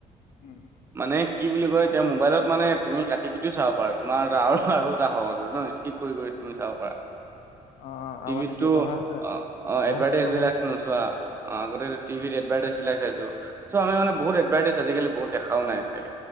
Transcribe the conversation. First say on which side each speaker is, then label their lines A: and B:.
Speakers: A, on the left (about 70°); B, on the right (about 20°).
A: উম, উম।
B: মানে কি বুলি কয় এতিয়া মোবাইলত মানে তুমি কাটি কুটিও চাব পাৰা তোমাৰ এটা আৰু আৰু এটা সহজ হয় ন স্কিপ কৰি কৰি তুমি চাব পাৰা।
A: অ', অ', আৰু
B: তোমিতো
A: মানে কি অভাৰ
B: অ', অ'
A: অভাৰ
B: এডভাৰটাইজ
A: অভাৰ
B: বিলাক নোচোৱা। অ' আগতেটো টিভিত এডভাৰটাইজ বিলাক চাইছো চ' আমি মানে বহুত এডভাৰটাইজ আজিকালি বহুত দেখাও নাই চাগে।